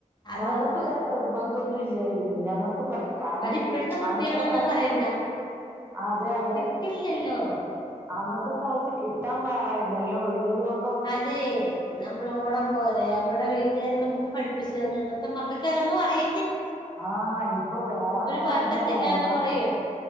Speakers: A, on the left (about 35°); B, on the right (about 15°).
A: അതോർക്കുക
B: ഞങ്ങൾക്ക് വേ നിർബ ന്തുല്ലയ്നി ഞങ്ങ പ്പക്കര് കാരണം
A: അത് ഇപ്പോഴത്തെ കുട്ടികളോട്
B: അന്നത്തെ കാലത്ത്
A: പറയണ്ട
B: കു അതെ അതെ
A: കിട്ടില്ലല്ലോ
B: അന്നത്തെ കാലത്ത് കിട്ട് എത്താന്‍ പാടായിരുന്നല്ലോ ഉള്ളത് കൊ
A: അതെ നമ്മൾ ഓണം പോലെ നമ്മുടെ വീട്ടുകാര് നമുക്ക് പഠിപ്പിച്ചു തന്ന് ഇന്നത്തെ മക്കൾക്ക് അതൊന്നും അറിയ
B: ആ ഇപ്പൊ വേണം പറഞ്ഞാ
A: പറ്റത്തില്ലാന്ന്
B: വേണം
A: പറയും